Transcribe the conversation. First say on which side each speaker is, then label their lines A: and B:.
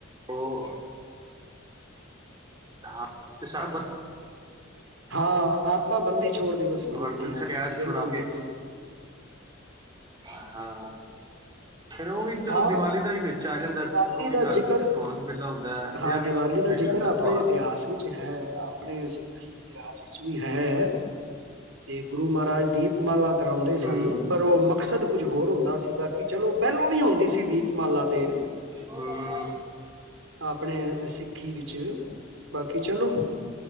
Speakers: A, on the right; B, on the right.
A: ਉਹ, ਹਾਂ, ਤੇ ਸਬ
B: ਹਾਂ। ਆਪਾਂ ਬੰਦੀ ਛੋੜ ਦਿਵਸ ਮਨਾਉਂਦੇ
A: ਰਗੁਲ
B: ਹਾਂ
A: ਸਕ
B: ਬਿਲਕੁਲ
A: ਛੁਡਾ
B: ਬਿਲਕੁਲ
A: ਕੇ ਹਾਂ ਫਿਰ ਉਹ ਵੀ ਚਲੋ
B: ਹਾ,
A: ਦੀਵਾਲੀ ਦਾ ਹੀ ਵਿੱਚ ਆ ਜਾਂਦਾ
B: ਦੀਵਾਲੀ
A: ਉਹ ਵੀ
B: ਦਾ ਜ਼ਿਕਰ
A: ਘਰ ਰੌਣਕ ਮੇਲਾ ਹੁੰਦਾ ਹੈ
B: ਹਾ
A: ਤੇ ਆ ਵੀ
B: ਦੀਵਾਲੀ ਦਾ
A: ਵਿੱਚ
B: ਜ਼ਿਕਰ
A: ਹੁੰਦਾ
B: ਆਪਣੇ
A: ਤਿਉਹਾਰ
B: ਇਤਿਹਾਸ ਵਿੱਚ ਹੈ। ਆਪਣੇ ੀ ਇਤਿਹਾਸ ਵਿੱਚ ਵੀ ਹੈ‌। ਇਹ, ਗੁਰੂ ਮਹਾਰਾਜ ਦੀਪ ਮਲਕ ਕਰਾਉਂਦੇ ਸਨ,
A: ਹੂੰ
B: ਪਰ ਉਹ ਮਕਸਦ ਕੁੱਝ ਹੋਰ ਹੁੰਦਾ ਸੀ, ਬਾਕੀ ਚਲੋ ਪਹਿਲੋਂ ਵੀ ਹਉ ਦੀ ਸੀ ਦੀਪਮਾਲਾ ਤੇ <unintelligible>
A: ਹਮ
B: ਆਪ ਆਪਣੇ ਸਿੱਖੀ ਵਿੱਚ ਬਾਕੀ ਚਲੋ